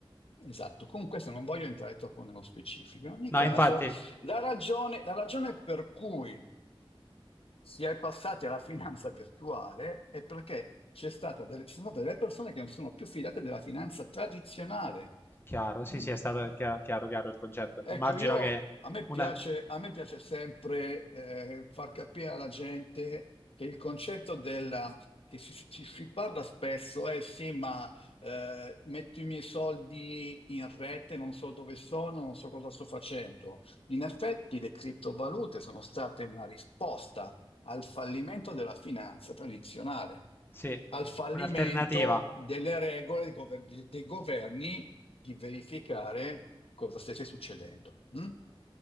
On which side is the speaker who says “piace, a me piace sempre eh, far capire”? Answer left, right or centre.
Left